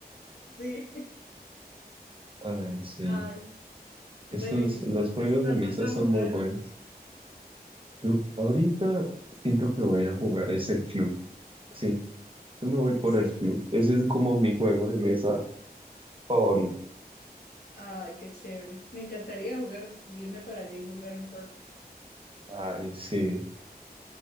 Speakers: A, on the left; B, on the right.
A: Sí.
B: Ay, sí.
A: Ay,
B: Esos,
A: bueno, ¿y entonces
B: los juegos
A: cuál
B: de mesa
A: vas a
B: son
A: jugar?
B: muy buenos. Yo ahorita siento que voy a jugar es el club. Sí, Yo me voy por
A: Sí.
B: el club. Ese es como mi juego de mesa favorito.
A: Ay, qué chévere. Me encantaría jugar, irme para allá y jugar un rato.
B: Ay, sí.